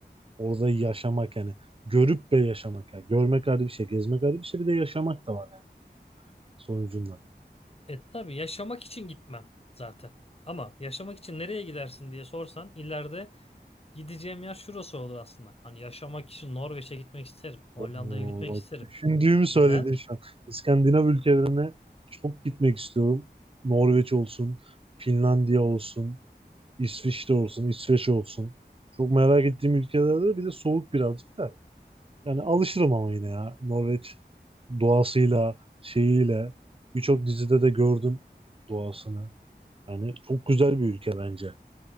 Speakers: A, on the right; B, on the left.
A: orada yaşamak yani. Görüp ve yaşamak yani. Görmek ayrı bir şey, gezmek ayrı bir şey, bir de yaşamak da var yani sonucunda.
B: E tabii yaşamak için gitmem zaten. Ama yaşamak için nereye gidersin diye sorsan ileride gideceğim yer şurası olur aslında. Hani yaşamak için Norveç'e gitmek isterim. Hollanda'ya
A: Oo,
B: gitmek isterim.
A: bak düşündüğümü söyledin
B: Neden?
A: şu an. İskandinav ülkelerine çok gitmek istiyorum. Norveç olsun, Finlandiya olsun, İsviçre olsun, İsveç olsun. Çok merak ettiğim ülkelerde bir de soğuk birazcık da. Yani alışırım ama yine ya. Norveç doğasıyla, şeyiyle birçok dizide de gördüm doğasını. Yani çok güzel bir ülke bence.